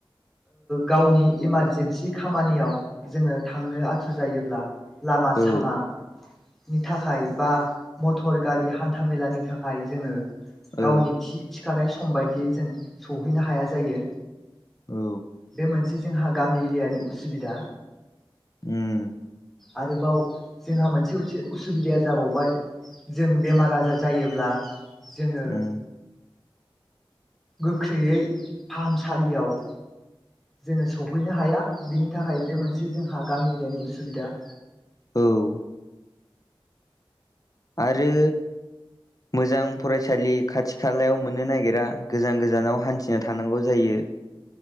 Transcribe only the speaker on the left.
औ
औ
औ
उम
उम
औ आरो मोजां फरायसालि खाथि खालायाव मोननो नागिरा गोजान गोजानाव हान्थिनो थानांगौ जायो।